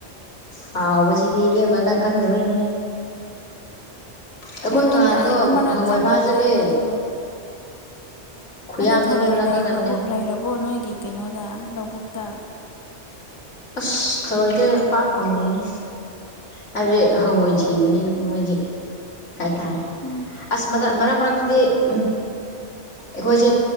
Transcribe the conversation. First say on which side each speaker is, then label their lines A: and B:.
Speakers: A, on the left; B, on the left.
A: ꯍꯥꯎꯕꯁꯤꯗꯤ ꯏꯕꯦꯝꯃ ꯅꯪ ꯈꯪꯗꯕꯩꯅꯤ꯫ ꯑꯩꯈꯣꯏ
B: ꯅꯍꯥꯟꯗꯣ
A: ꯉꯍꯥꯟꯗꯣ
B: ꯑꯩ ꯑꯃꯔꯛ
A: ꯍꯪꯉꯣꯏ
B: ꯆꯠꯈꯛꯈ꯭ꯔꯦ
A: ꯐꯥ ꯆꯠꯂꯦ
B: ꯑꯗꯨ
A: ꯈꯨꯌꯥꯝꯗꯣ
B: ꯑꯗꯨ ꯊꯔꯣꯏ
A: ꯏꯕꯦꯝꯃ ꯅꯪ
B: ꯂꯩꯈ꯭ꯔꯕꫭ
A: ꯈꯪꯗꯕꯅꯦ
B: ꯂꯩꯔꯕꯣ ꯅꯣꯏꯒꯤ ꯀꯩꯅꯣꯗ ꯂꯧꯕꯨꯛꯇ꯫
A: ꯑꯁ ꯊꯔꯣꯏꯗꯤ ꯄꯥꯛ ꯐꯪꯗꯦꯅꯦ ꯍꯥꯏꯕꯗꯤ ꯍꯪꯉꯣꯏ ꯊꯤꯕꯅꯤꯅꯕ ꯃꯣꯏꯁꯦ꯫ ꯍꯥꯏꯇꯥꯔꯦ
B: ꯎꯝ
A: ꯑꯁ ꯃꯇꯠ ꯃꯔꯛꯇꯗꯤ ꯎꯝ꯫ ꯑꯩꯈꯣꯏꯁꯦ